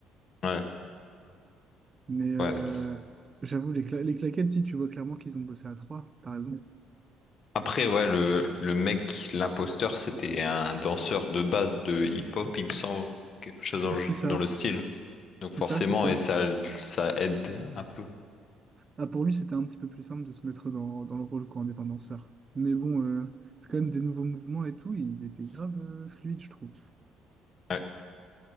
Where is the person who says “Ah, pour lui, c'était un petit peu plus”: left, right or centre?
Right